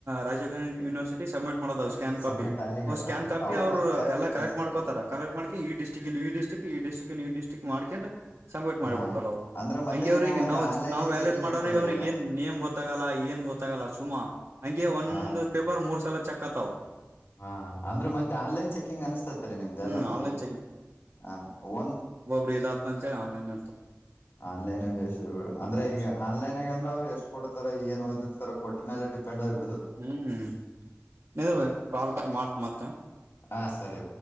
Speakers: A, on the right; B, on the left.
A: ರಾಜೀವ್ ಗಾಂಧಿ ಯೂನಿವರ್ಸಿಟಿ ಸಬ್ಮಿಟ್ ಮಾಡೋದವು ಸ್ಕ್ಯಾನ್
B: ಸಬ್ಮಿಟ್
A: ಕಾಫಿ
B: ಅಲ್ಲಿಗೆ
A: ಅವ್
B: ಹಾಕವ್ರ
A: ಸ್ಕ್ಯಾನ್ ಕಾಪಿ
B: ಅವ್ರು
A: ಅವ್ರ
B: ಮತ್ತೆ ಬೇರೆಯವ್ರಿಗೆ
A: ಎಲ್ಲಾ
B: ಕಳಿಸ್ತಾರ
A: ಕಲೆಕ್ಟ್ ಮಾಡ್ಕತಾರ ಕಲೆಕ್ಟ ಮಾಡಕೋಡ ಈ ಡಿಸ್ಟಿಕಿಂದ್ ಈ ಡಿಸ್ಟಿಕ್ಟಿಂದ ಈ ಡಿಸ್ಟಿಕದ ಈ ಡಿಸ್ಟಕಂದ್ ಮಾಡ್ಕೊಂಡ ಸಂಪೇಟ್ ಮಾಡಿಬಿಡ್ತಾರ
B: ಹಾ
A: ಅವ್ರು
B: ಅಂದ್ರ ಮತ್ತೆ
A: ಹಂಗೆ ಅವ್ರಗೆ
B: ನಿಮ್ಮ ಮತ್ತೆ
A: ನಾವ್
B: ಆನ್ಲೈನ್
A: ನಾವ್ ವ್ಯಾಲೆಟ್
B: ಚೆಕಿಂಗ್
A: ಮಾಡೋರಿಗೆ
B: ಹಾಕವ್ರಿ
A: ಅವ್ರಿಗೆ
B: ಎಲ್ಲ
A: ಏನ್ ನೇಮ್ ಗೊತ್ತಾಗಲ್ಲಾ ಏನ್ ಗೊತ್ತಾಗಲ್ಲಾ ಸುಮನ್ ಹಂಗೆ ಒಂದು
B: ಹಾ ರೀ.
A: ಪೇಪರ್ ಮೂರು ಸಲೇ ಚೆಕ್ ಆತಾವ
B: ಹಾ ಅಂದ್ರೆ ಮತ್ತೆ ಆನ್ಲೈನ್ ಚೆಕಿಂಗ್ ಅನ್ಸ್ತತ್ರಿ ನಿಮ್ದಲ್ಲಾ
A: ಹ್ಮ್
B: ಫುಲ್
A: ಆನ್ಲೈನ್
B: ಹ ಒಂದ
A: ಫೀಸ್ ಅಂತೇಳಿ ಆನ್ಲೈನ್
B: ಆನ್ಲೈನ್ ಬೇಸ್ ಬಿಡ ಅಂದ್ರೆ
A: ಹ್ಮ್
B: ಈಗ ಆನ್ಲೈನ್ ಆಗಂದ್ರ ಅವ್ರು ಎಷ್ಟು ಕೊಡ್ತಾರೆ ಏನ್ ಓದತರ ಕೊಟ್ಟ ಮೇಲೆ ಡಿಪೆಂಡ್ ಆಗ್ಬಿಟ್ಟೈತೆ
A: ಹ್ಮ್ ನಿಲ್ ಬೈ ಕಾಲ್ ಮಾಡ್ತ್ ಮತ್ತ್
B: ಹಾ ಸರಿ